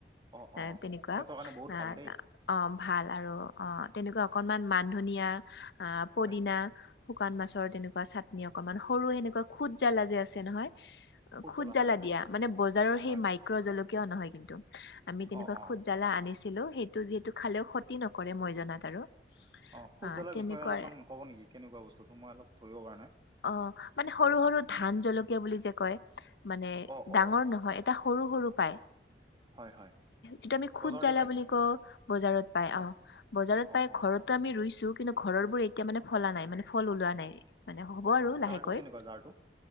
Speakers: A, on the right (about 25°); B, on the left (about 75°).
A: অঁ
B: এ
A: অঁ,
B: তেনেকুৱা
A: পেটৰ কাৰণে বহুত
B: আহ
A: ভাল দেই।
B: অ' ভাল আৰু অ তেনেকুৱা অকনমান মান ধনীয়া। আ, পদিনা
A: হয়
B: শুকান মাছৰ তেনেকুৱা চাটনি। অকনমান সৰুয়ে এনেকুৱা খুদ জ্বালা যে আছে নহয়, খুদ
A: জ্বলা
B: জ্বালা
A: হয় হয়
B: দিয়া মানে বজাৰৰ সেই
A: হয়
B: মাইক- জলকীয়াও নহয় কিন্তু আমি তেনেকুৱা
A: অঁ অঁ
B: খুদ জ্বালা আনিছো। ছিলো সেইটো যিহেতু খালেও ক্ষতি নকৰে মই জনাত আৰু।
A: অঁ, খুদ
B: অ'
A: জ্বালা
B: তেনেকুৱা
A: বিষয়ে অলপমান ক'ব নেকি কেনেকুৱা বস্তুটো মই অলপ ধৰিব পৰা নাই?
B: অ' মানে সৰু সৰু ধান জলকীয়া বুলি যে কয় মানে
A: অঁ
B: ডাঙৰ
A: অঁ
B: নহয়। এটা সৰু সৰু পায়,
A: হয় হয়
B: যিটো আমি খুদ
A: বজাৰতে
B: জ্বালা
A: পায়
B: বুলি কওঁ বজাৰত- পাই
A: হয়
B: অঁ, বজাৰত
A: অঁ
B: পাই
A: অঁ
B: ঘৰতো আমি ৰুইছো কিন্তু ঘৰৰ বোৰ এতিয়া মানে ফলা নাই মানে ফল ওলোৱা নাই। মানে হ'ব
A: অঁ
B: আৰু
A: অঁ জাৰটো
B: লাহেকৈ।
A: কেনেকুৱা জাৰটো